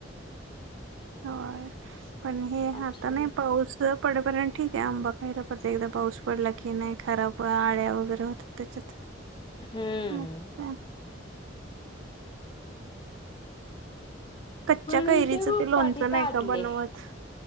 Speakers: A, on the right (about 80°); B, on the left (about 25°).
A: होय पण हे
B: आठशे
A: आता नाही पाऊस पडेपर्यंत ठीक आहे आंबा पहिला परत एकदा पाऊस पडला की नाही खराब आळ्या वगैरे होतात त्याच्यात
B: हम्म
A: मग काय
B: <inaudible>
A: कच्च्या
B: म्हणून
A: कैरीचं
B: त्या पप्पानी
A: ते लोणचं
B: काढले
A: नाही का बनवत